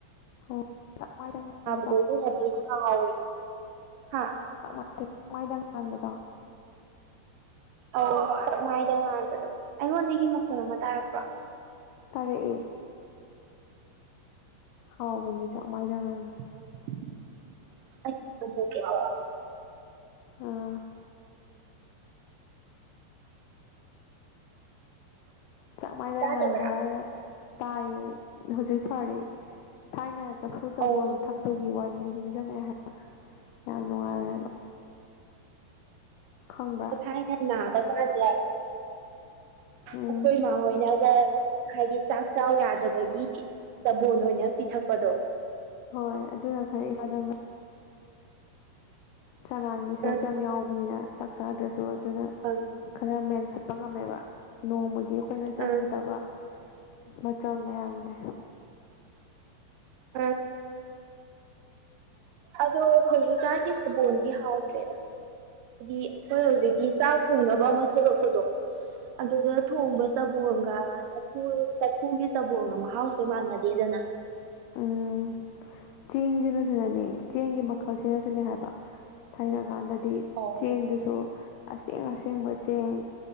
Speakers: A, on the left; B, on the right.
A: ꯑꯣ ꯆꯥꯛꯃꯥꯏꯗ ꯉꯥꯟꯕꯗꯣ
B: ꯆꯥꯕꯗꯣ ꯂꯅꯗꯤ ꯍꯥꯎꯋ ꯍꯥ
A: ꯁꯋꯥꯥꯏꯗ ꯉꯥꯟꯕꯗꯣ
B: ꯑꯧ ꯆꯥꯛꯃꯥꯏꯗ ꯉꯥꯟꯕꯗꯣ ꯑꯩꯉꯣꯟꯗꯒꯤ ꯃꯈꯨꯜ ꯑꯃ ꯇꯥꯔꯛꯄ꯭ꯔꯣ
A: ꯇꯥꯔꯛꯏ ꯍꯥꯎꯕꯅꯦ ꯆꯥꯛ ꯃꯥꯏꯅꯉ
B: <unintelligible>
A: ꯑꯥ ꯆꯥꯡ ꯃꯥꯟꯅ
B: ꯇꯥꯗꯕ꯭ꯔꯥ
A: ꯉꯥꯟꯕ ꯍꯥꯏꯔꯒ ꯇꯥꯏꯌꯦ ꯍꯧꯖꯤꯛ ꯐꯔꯤ ꯊꯥꯏꯅ ꯆꯐꯨ ꯆꯕꯣꯟ
B: ꯑꯧ
A: ꯊꯛꯄꯒꯤ ꯋꯥꯔꯤꯗꯨꯣ ꯅꯤꯡꯁꯤꯡꯉꯛꯑꯦ ꯍꯥꯏꯕ ꯌꯥꯝ ꯅꯨꯡꯉꯥꯏꯔꯦꯕ ꯈꯪꯕ꯭ꯔꯥ
B: ꯈꯥꯏꯅ ꯅꯥꯕ ꯀꯥꯟꯗ
A: ꯎꯝ
B: ꯑꯩꯈꯣꯏ ꯏꯃꯥ ꯍꯣꯏꯅꯒ ꯍꯥꯏꯗꯤ ꯆꯥꯛ ꯆ ꯌꯥꯗꯕꯒꯤ ꯆꯕꯣꯟ ꯑꯣꯏꯅ ꯄꯤꯊꯛꯄꯗꯣ
A: ꯍꯣꯏ ꯑꯗꯨꯅ ꯈꯔ ꯏꯁꯥꯗ ꯆꯅꯥꯟꯒꯤ ꯁꯔꯨꯛꯇ
B: ꯑ
A: ꯌꯥꯝ ꯌꯥꯎꯕꯅꯤꯅ ꯆꯥꯛ ꯆꯥꯗ꯭ꯔꯁꯨ ꯑꯗꯨꯅ
B: ꯍꯂꯣ
A: ꯈꯔ ꯃꯦꯟꯈꯠꯄ ꯉꯝꯃꯦꯕ ꯅꯣꯡꯃꯒꯤ ꯑꯩꯈꯣꯏꯅ ꯆꯪꯒꯗꯕ
B: ꯑ
A: ꯃꯆꯜ ꯃꯌꯥꯝꯁꯦ
B: ꯑꯥ ꯑꯗꯣ ꯍꯧꯖꯤꯛꯀꯥꯟꯒꯤ ꯁꯕꯣꯟꯗꯤ ꯍꯥꯎꯗ꯭ꯔꯦꯗ ꯍꯥꯏꯗꯤ ꯑꯩꯈꯣꯏ ꯍꯧꯖꯤꯛꯇꯤ ꯆꯥꯛ ꯊꯣꯡꯅꯕ ꯑꯃ ꯊꯣꯛꯂꯛꯄꯗꯣ ꯑꯗꯨꯗ ꯊꯣꯡꯕ ꯆꯕꯣꯒ ꯆꯐꯨ ꯆꯐꯨꯒꯤ ꯆꯕꯣꯒ ꯃꯍꯥꯎꯁꯦ ꯃꯥꯟꯅꯗꯦꯗꯅ
A: ꯎꯝ ꯆꯦꯡꯁꯤꯅꯁꯨꯅꯅꯦ ꯆꯦꯡꯒꯤ ꯃꯈꯜꯁꯤꯅꯁꯨꯅꯦ ꯍꯥꯏꯕ ꯊꯥꯏꯅ ꯀꯥꯟꯗꯗꯤ
B: ꯑꯣ
A: ꯆꯦꯡꯗꯨꯁꯨ ꯑꯁꯦꯡ ꯑꯁꯦꯡꯕ ꯆꯦꯡ